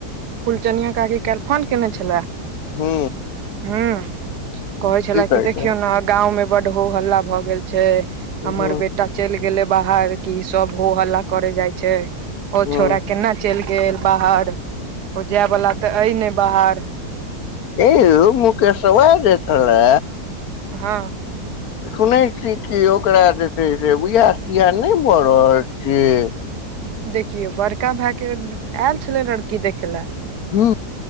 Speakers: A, on the right; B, on the left.
A: कुलचनिय काकी आके काल्हि फोन केयने छलए
B: हू।
A: हू कहे छल
B: कहै
A: कि देखियौ
B: छै
A: ना गाव बड हो हल्ला भए गेल छै हमर
B: ह
A: बेटी बेटा चलि गेलै बाहर कऽ सभ हो हल्ला करे जाइ छै ओ
B: ह
A: छौड़ केना चलि गेल बाहर। ओ जाय वाला तऽ अइ ने बाहर
B: एौ मुकेश वा जे छैला
A: ह
B: सुनै छी कि ओकरा जे छै से विहा तिहा नहि भऽ रहल छिय
A: देखिऔ बड़का भाय के आयल छले लड़की देखे ल
B: हू।